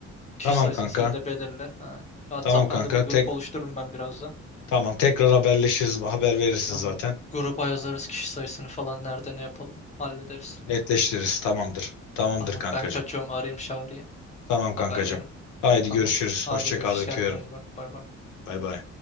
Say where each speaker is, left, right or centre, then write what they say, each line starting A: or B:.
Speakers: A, on the left (about 25°); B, on the left (about 80°).
A: Kişi
B: Tamam
A: sayısını
B: kanka.
A: sen de belirle. Ha. WhatsApp'tan
B: Tamam kanka.
A: da bir grup
B: Tek
A: oluştururum ben birazdan.
B: tamam tekrar haberleşiriz. Haber verirsin
A: Tamam.
B: zaten.
A: Gruba yazarız kişi sayısını falan nerede ne yapalım. Hallederiz.
B: Netleştiririz. Tamamdır. Tamamdır
A: Tamam
B: kankacığım.
A: ben kaçıyorum arayayım Çağrı'yı.
B: Tamam kankacığım.
A: Haber veririm.
B: Haydi
A: Tamam.
B: görüşürüz.
A: Hadi
B: Hoşça
A: görüşürüz
B: kal, öpüyorum.
A: kendine iyi bak. Bay bay.
B: Bay bay.